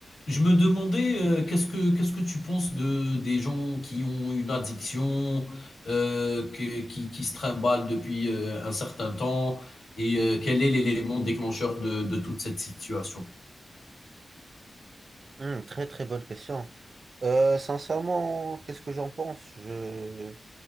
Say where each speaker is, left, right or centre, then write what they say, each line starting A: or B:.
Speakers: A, on the left; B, on the right.
A: Je me demandais, euh, qu'est-ce que qu'est-ce que tu penses de des gens qui ont une addiction, euh, que- qui qui se trimballent depuis euh, un certain temps, et euh, quel est l'élément déclencheur de de toute cette situation?
B: Hmm, très très bonne question. Euh, sincèrement, qu'est-ce que j'en pense? Je